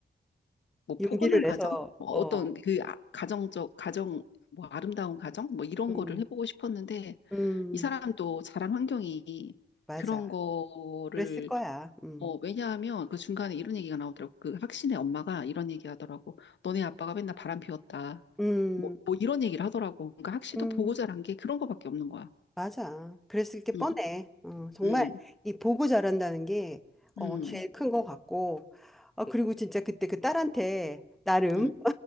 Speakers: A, on the left (about 75°); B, in the centre.
A: 뭐
B: 용기를
A: 포근한 가정,
B: 내서,
A: 뭐
B: 어,
A: 어떤 그 아- 가정적 가정 뭐 아름다운 가정 뭐 이런
B: 음,
A: 거를 해보고 싶었는데
B: 음,
A: 이 사람도 자란 환경이
B: 맞아.
A: 그런 거를
B: 그랬을 거야. 음,
A: 뭐 왜냐하면 그 중간에 이런 얘기가 나오더라고. 그 학신의 엄마가 이런 얘기 하더라고. 너네 아빠가 맨날 바람 피웠다.
B: 음,
A: 뭐, 뭐 이런 얘기를 하더라고. 그러니까 학시도
B: 음,
A: 보고 자란 게 그런 거밖에 없는 거야.
B: 맞아. 그랬을 게
A: 응,
B: 뻔해. 어, 정말
A: 응,
B: 이 보고 자란다는 게, 어,
A: 응,
B: 제일 큰 거 같고. 어, 그리고 진짜 그때 그 딸한테 나름
A: 응.